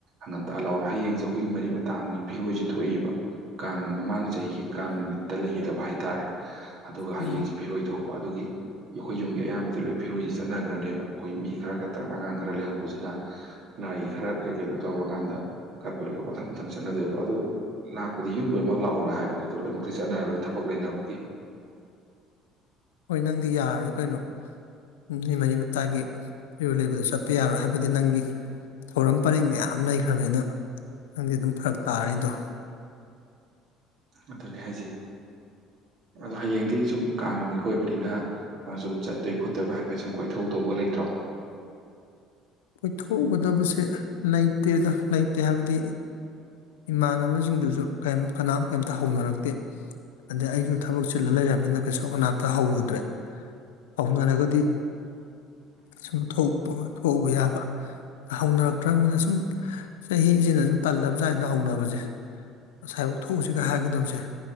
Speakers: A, on the right; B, on the left.
A: ꯉꯟꯇꯥꯂꯥꯎꯅ ꯍꯌꯦꯡꯁꯦ ꯑꯩꯈꯣꯏꯒꯤ ꯃꯔꯤ ꯃꯇꯥꯒꯤ ꯐꯤꯔꯣꯏꯁꯨ ꯊꯣꯛꯏꯕ ꯀꯥꯡ ꯃꯃꯥꯡ ꯆꯥꯍꯤꯒꯤ ꯀꯥꯡ ꯅꯨꯃꯤꯠꯇ ꯂꯩꯈꯤꯗꯕ ꯍꯥꯏꯇꯥꯔꯦ ꯑꯗꯨꯒ ꯍꯌꯦꯡꯁꯤ
B: ꯎꯝ
A: ꯐꯤꯔꯣꯏ ꯊꯣꯛꯄ ꯑꯗꯨꯒꯤ ꯑꯩꯈꯣꯏ ꯌꯨꯝꯒꯤ ꯑꯌꯥꯝꯕꯗꯤ ꯂꯣꯏ ꯐꯤꯔꯣꯏꯁꯤ ꯆꯠꯅꯈ꯭ꯔꯅꯦꯕ ꯑꯩꯈꯣꯏ ꯃꯤ ꯈꯔ ꯈꯛꯇ꯭ꯔ ꯑꯉꯥꯡ ꯈꯔ ꯂꯩꯍꯧꯕꯁꯤꯅ ꯂꯥꯏꯒꯤ ꯈꯔ ꯀꯩ ꯀꯩꯅꯣ ꯇꯧꯔꯀꯥꯟꯗ ꯀꯠꯄ ꯂꯣꯏ ꯃꯊꯪ ꯃꯊꯪ ꯆꯠꯅꯗꯣꯕ ꯑꯗꯨ ꯂꯥꯛꯄꯗꯤ ꯌꯨꯝ ꯂꯣꯏꯃꯛ ꯂꯥꯛꯑꯣꯅ ꯍꯥꯏꯕꯅꯦ ꯑꯗꯣ ꯂꯣꯏꯟꯃꯛꯇꯤ ꯆꯠꯅꯔꯔꯣꯏ ꯊꯕꯛ ꯂꯩꯅꯕꯒꯤ
B: ꯍꯣꯏ ꯅꯪꯗꯤ ꯌꯥꯔꯔꯣꯏ ꯀꯩꯅꯣ ꯅꯨꯣꯏ ꯃꯔꯤ ꯃꯇꯥꯒꯤ ꯐꯤꯔꯣꯏꯜ ꯂꯩꯕꯗꯨ ꯆꯠꯄ ꯌꯥꯔꯣꯏ ꯍꯥꯏꯕꯗꯤ ꯅꯪꯒꯤ ꯊꯧꯔꯝ ꯄꯔꯦꯡ ꯃꯌꯥꯝ ꯂꯩꯈ꯭ꯔꯕꯅꯤꯅ ꯅꯪꯗꯤ ꯑꯗꯨꯝ ꯐꯔꯛ ꯇꯥꯔꯅꯤꯗꯣ
A: ꯑꯗꯨꯅꯦ ꯍꯥꯏꯁꯩ ꯑꯗꯣ ꯍꯌꯦꯡꯗꯤ ꯁꯨꯝ ꯀꯥꯡ ꯅꯨꯃꯤꯠꯀꯥ ꯑꯣꯏꯕꯅꯤꯅ ꯁꯨꯝ ꯆꯠꯇꯣꯏ ꯈꯣꯠꯇꯕ ꯍꯥꯏꯐꯦꯠ ꯁꯨꯝ ꯀꯣꯏꯊꯣꯛꯍꯧꯗꯧꯒꯥ ꯂꯩꯇ꯭ꯔꯣ
B: ꯀꯣꯏꯊꯣꯛꯎꯒꯗꯕꯁꯦ ꯂꯩꯇꯦꯗ ꯂꯩꯇꯦ ꯍꯥꯏꯕꯗꯤ ꯏꯃꯥꯟꯅꯕꯁꯤꯡꯗꯨꯁꯨ ꯀꯩꯝ ꯀꯅꯥꯝ ꯀꯩꯝꯇ ꯍꯧꯅꯔꯛꯇꯦ ꯑꯗꯩ ꯑꯩꯁꯨ ꯊꯕꯛ ꯆꯤꯜꯂ ꯂꯩꯔꯝꯅꯤꯅ ꯀꯩꯁꯨ ꯀꯅꯥꯝꯇ ꯍꯧꯔꯨꯗ꯭ꯔꯦ ꯍꯧꯅꯔꯒꯗꯤ ꯁꯨꯝ ꯊꯣꯛꯎꯕ ꯌꯥꯕ ꯍꯧꯅꯔꯛꯇ꯭ꯔꯝꯅꯤꯅ ꯁꯨꯝ ꯆꯍꯤꯁꯤꯅ ꯁꯨꯝ ꯇꯜꯂꯕꯖꯥꯅꯗꯥ ꯍꯧꯅꯥꯕꯁꯦ ꯑꯁꯥꯏꯕꯧ ꯊꯣꯛꯎꯁꯤꯒ ꯍꯥꯏꯒꯗꯕꯁꯦ